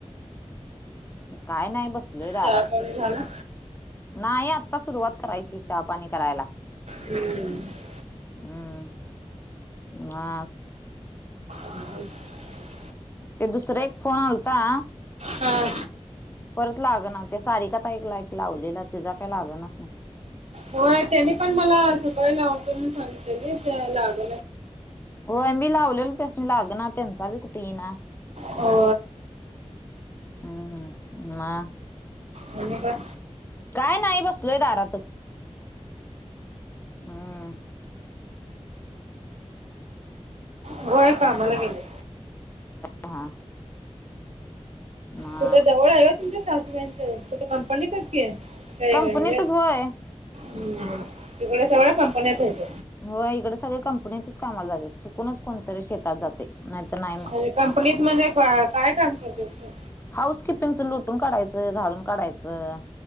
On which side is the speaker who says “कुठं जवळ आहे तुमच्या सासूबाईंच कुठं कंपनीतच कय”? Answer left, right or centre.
Right